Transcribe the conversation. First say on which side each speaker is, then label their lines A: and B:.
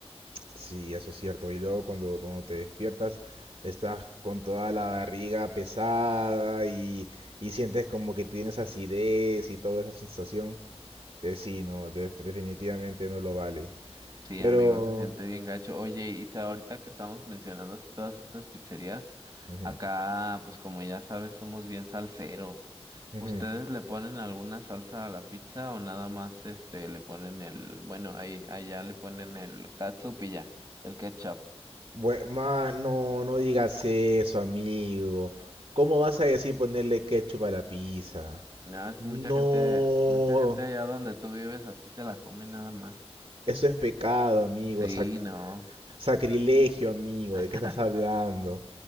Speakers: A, on the right; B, on the right.
A: Sí, eso es cierto. Y luego cuando, cuando te despiertas, estás con toda la barriga pesada y, y sientes como que tienes acidez y toda esa sensación que sí, no, def- definitivamente no lo vale.
B: Sí,
A: Pero...
B: amigo, se siente bien gacho. Oye, y sa- ahorita que estamos mencionando así todas estas pizzerías,
A: ujú,
B: acá, pues como ya sabes, somos bien salseros.
A: ujú.
B: ¿Ustedes le ponen alguna salsa a la pizza o nada más este le ponen el, bueno, ahí allá le ponen el catsup y ya, el ketchup?
A: Bue- ma, no, no digas eso, amigo. ¿Cómo vas a decir ponerle ketchup a la pizza?
B: No, es
A: No,
B: que mucha gente, mucha gente allá donde tú vives así se la come nada más.
A: eso es pecado, amigo.
B: Sí,
A: sac-
B: no.
A: sacrilegio, amigo.
B: <laughs>
A: ¿De qué estás hablando?